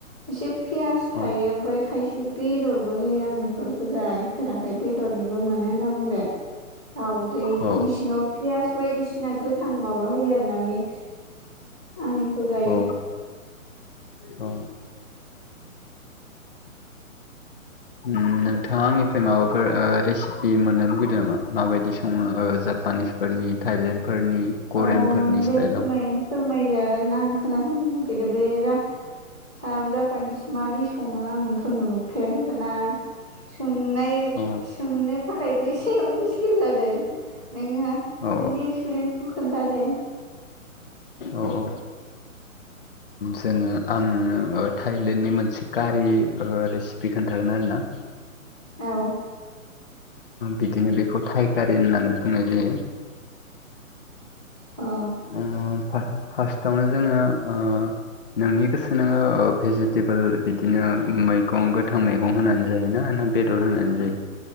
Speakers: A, in the centre; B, on the left (about 40°).
A: एसे पियास थायो
B: औ
A: ओमफ्राय खायसे बे बेदरबो होयो आंनि इफोरखौ जाहैफेराखै बेदरनिबो मोनो होनना बुंदों। दावदैनि
B: औ
A: सिङाव पियास बायदिसिना गोथां माबा होयो आरो ना मिक्स आं बेखौ जायो
B: औ औ उम नोंथाङा आंनिफ्राय माबाफोर ओ रेसिपि मोननो लुगैदों नामा माबायदि सङो ओ जापानिस फोरनि थाइलेण्डफोरनि करियानफोरनि
A: औ दे
B: स्टाइलाव
A: फोरमाय फोरमायजागोन आं खोनासंनो लुगैदों बे जा साबो जापानिस मादि सङो आंथ' नु फेराखैबाना सोंनाय
B: औ
A: सोंनो थाखायबो एसे मुस्किल जादों नोङो
B: औ
A: नोंनि एक्सपिरियेन्सखौ खोन्था दे।
B: औ ओ जोङो आंनो थाइलेण्डनि मोनसे कारि रेसिपि खोन्थागोन आरोना
A: औ
B: बिदिनो बेखौ टाइकारिन होननानै बुंनाय जायो
A: औ
B: ओ फार्स्टावनो जोङो ओ नोंनि गोसो नोङो भेजि टेबोल बिदिनो मैगं गोथां मैगं होनानै जायोना ना बेदर होनानै जायो